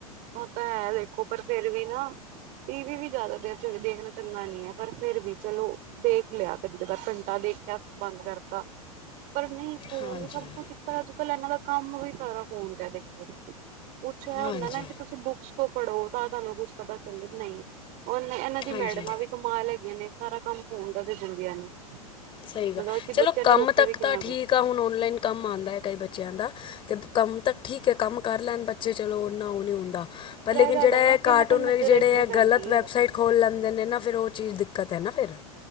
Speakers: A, on the right; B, on the left.
A: ਉਹ ਤਾਂ ਹੈ ਵੇਖੋ ਪਰ ਫੇਰ ਵੀ ਨਾ, ਟੀ ਵੀ ਵੀ ਜ਼ਿਆਦਾ ਦੇਰ ਚ ਦੇਖ ਰ ਚੰਗਾ ਨੀ ਏ ਪਰ ਫੇਰ ਵੀ ਚਲੋ ਦੇਖ ਲਿਆ ਕਦੀ ਕਦਾ ਘੰਟਾ ਦੇਖਿਆ ਬੰਦ ਕਰਤਾ। ਪਰ ਨਈ ਫੋਨ
B: ਹਾਂਜੀ
A: ਸਭ ਕੁਛ ਇੱਕ ਅੱਜ-ਕੱਲ ਇਹਨਾਂ ਦਾ ਕੰਮ ਵੀ ਸਾਰਾ ਫੋਨ ਤੇ ਦੇਖੋ ਕੁਛ ਇਹ
B: ਹਾਂਜੀ
A: ਹੁੰਦਾ ਨਾ ਵੀ, ਤੁਸੀਂ ਬੁੱਕਸ ਤੋਂ ਪੜ੍ਹੋ ਤਾਂ ਤੁਹਾਨੂੰ ਕੁਛ ਪਤਾ ਚੱਲਿਆ ਨਈ ਓ ਹੁਣ ਇਹਨਾਂ ਦੀ
B: ਹਾਂਜੀ
A: ਮੈਡਮਾਂ ਵੀ ਕਮਾ ਲੈਗੀਆਂ ਨੇ ਸਾਰਾ ਕੰਮ ਫੋਨ ਦਾ ਦੇ ਦਿੰਦੀਆਂ ਨੇ।
B: ਸਹੀ ਗੱਲ,
A: ਮਤਲਬ ਅਸੀਂ
B: ਚਲੋ
A: ਬੱਚਿਆਂ
B: ਕੰਮ
A: ਨੂੰ ਰੋਕਿਆ
B: ਤੱਕ
A: ਵੀ ਕਿੰਨਾ
B: ਤਾਂ ਠੀਕ
A: ਕੁ
B: ਕੰਮ ਹੁਣ ਔਨਲਾਈਨ ਕੰਮ ਆਂਦਾ ਐ ਕਈ ਬੱਚਿਆਂ ਦਾ ਤੇ ਕੰਮ ਤਾਂ ਠੀਕ ਏ, ਕੰਮ ਕਰ ਲੈਣ ਬ ਤੇ ਚਲੋ ਉਨਾ ਉਹ ਨਹੀਂ ਹੁੰਦਾ ਪਰ ਲੇਕਿਨ
A: ਗੱਲ
B: ਜਿਹੜਾ
A: ਹੈ ਨਾ
B: ਇਹ
A: ਕਿ
B: ਕਾਰਟੂਨ
A: ਇਹਨਾਂ ਤੇ ਨਜ਼ਰ
B: ਵਿੱਚ, ਜਿਹੜੇ
A: ਰੱਖਣੀ ਪੈਂਦੀ
B: ਗਲਤ ਵੈਬਸਾਈਟ
A: ਏ।
B: ਖੋਲ ਲੈਂਦੇ ਨੇ ਨਾ ਫਿਰ ਉਹ ਚੀਜ਼ ਦਿੱਕਤ ਏ ਨਾ ਫਿਰ।